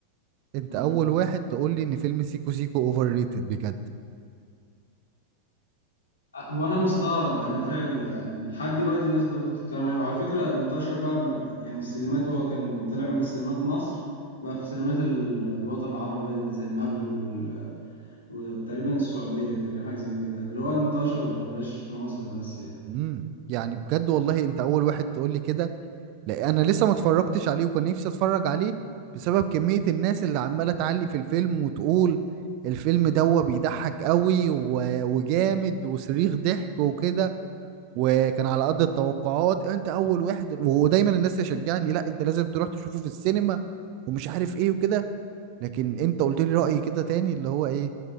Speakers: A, on the right; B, on the left.
A: انت
B: مهم.
A: اول واحد تقول لي ان فيلم سيكو سيكو اوفر ريتد بجد
B: آه، هو أنا مستغرب أنا فعلا لحد دلوقتي الناس برضو بتتكلم عليه وعلى فكرة انتشر بقى ما- يعني السينمات هو كان طلع من سينمات مصر بقى في سينمات ال- الوطن العربي زي المغرب وال... وتقريبا السعودية تقريبا حاجة زي كده اللي هو انتشر بقى بقاش في مصر بس يعني
A: امم يعني بجد والله انت اول واحد تقول لي كده لا انا لسه ما اتفرجتش عليه وكان نفسي اتفرج عليه بسبب كمية الناس اللي عمالة تعلي في الفيلم وتقول الفيلم ده بيضحك قوي و- وجامد وصريخ ضحك وكده وكان على قد التوقعات انت اول واحد ودايما الناس تشجعني لا انت لازم تروح تشوفه في السينما ومش عارف ايه وكده لكن انت قلت لي رأي كده تاني اللي هو ايه